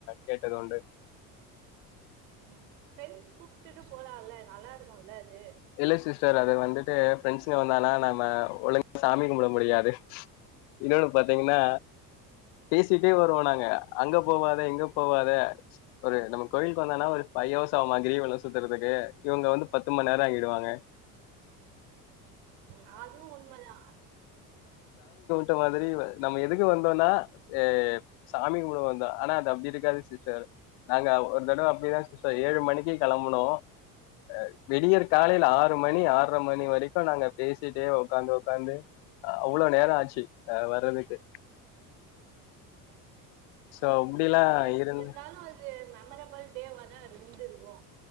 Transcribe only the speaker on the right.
ம் ஃப்ரெண்ஸ் கூப்டுட்டு போலால்ல நல்லா இருக்குல்ல அது
உம் அதுவு உண்மதா
உம்
இர்
இர்ந்தாலு அது ம மெமரபல் டேவா தா இருந்திருக்கோ